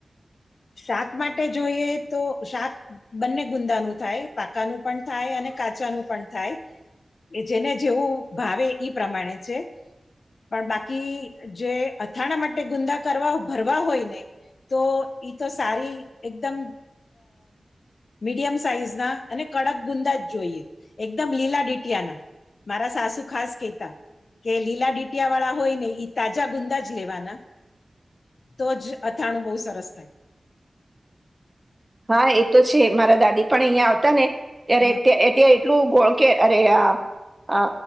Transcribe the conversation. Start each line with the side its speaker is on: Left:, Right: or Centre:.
Left: શાક માટે જોઈએ તો શાક બંને ગુંદાનું થાય પાકાનું પણ થાય અને કાચાનું પણ થાય, એ જેને જેવું ભાવે ઈ પ્રમાણે છે. પણ બાકી જે અથાણા માટે ગુંદા કરવા ભરવા હોય ને તો. તો સારી, એકદમ મીડિયમ સાઈઝ ના અને કડક ગુંદા જ જોઈએ, એકદમ લીલા ડીટીયા ના. મારા સાસુ ખાસ કહેતા કે લીલા ડીટીયા વાળા હોય ને ઈ તાજા ગુંદા જ લેવાના, તો જ અથાણું બહુ સરસ થાય.
Right: હા, એ તો છે. મારા દાદી પણ અહિયાં આવતા ને. યાર
Left: હમ
Right: એ. એટલું ગોળ- કેર અરે આ